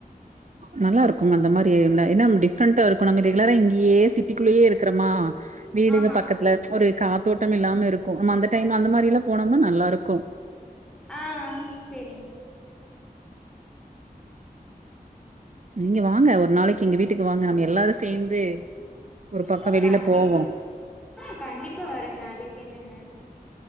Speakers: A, on the right; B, in the centre.
A: நல்லா இருக்குங்க அந்த மாரி யம்ல என்னம்டி டிஃப்ரண்டா இருக்கணு நம்ம ரெகுலரா இங்கேயே சிக் வீட்டுக்குள்ளேயே இருக்கறமா வீடுங்க
B: ஆமாங்
A: பக்கத்துல ஒரு காத்தோட்டம் இல்லாம இருக்கு நம்ம அந்த டைம் அந்த மாரில்லா போனோம்னா நல்லாருக்கு
B: ஆ செரிங்
A: இங்க வாங்க ஒரு நாளைக் கு எங்க வீட்டுக்கு வாங்க நம்ம எல்லாரு சேந்து ஒரு பக்கோ
B: ஓ
A: வெளில
B: கண்டிப்பா
A: போவோ
B: ஆ கண்டிப்பா வரேங்க அதுக்கு என்னங்க